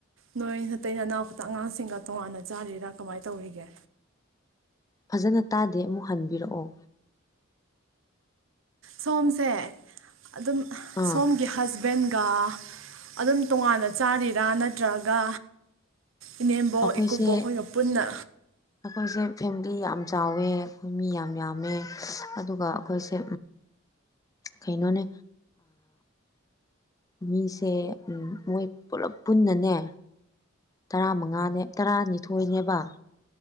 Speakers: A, on the right (about 80°); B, on the left (about 20°).
A: ꯅꯣꯏ ꯅꯇꯩ ꯅꯅꯥꯎ ꯈꯛꯇ ꯑꯉꯥꯡꯁꯤꯡꯒ ꯇꯣꯉꯥꯟꯅ ꯆꯥꯔꯤꯔꯥ ꯀꯃꯥꯏꯅ ꯇꯧꯔꯤꯒꯦ
B: ꯐꯖꯅ ꯇꯥꯗꯦ ꯑꯃꯨꯛ ꯍꯟꯕꯤꯔꯛꯑꯣ
A: ꯁꯣꯝꯁꯦ ꯑꯗꯨꯝ
B: ꯑꯥ
A: ꯁꯣꯝꯒꯤ ꯍꯁꯕꯦꯟ ꯒ ꯑꯗꯨꯝ ꯇꯣꯉꯥꯟꯅ ꯆꯥꯔꯤꯔꯥ ꯅꯠꯇ꯭ꯔꯒ ꯏꯅꯦꯝꯕꯣꯛ
B: ꯑꯩꯈꯣꯏꯁꯦ
A: ꯏꯀꯨꯕꯣꯛ ꯈꯣꯏꯒ ꯄꯨꯟꯅ
B: ꯑꯩꯈꯣꯏꯁꯦ ꯐꯦꯃꯤꯂꯤ ꯌꯥꯝ ꯆꯥꯎꯋꯦ ꯑꯩꯈꯣꯏ ꯃꯤ ꯌꯥꯝ ꯌꯥꯝꯃꯦ ꯑꯗꯨꯒ ꯑꯩꯈꯣꯏꯁꯦ ꯀꯩꯅꯣꯅꯦ ꯃꯤꯁꯦ ꯃꯣꯏ ꯄꯨꯂꯞ ꯄꯨꯟꯅꯅꯦ ꯇꯔꯥꯃꯉꯥꯅꯦ ꯇꯔꯥꯅꯤꯊꯣꯏꯅꯦꯕ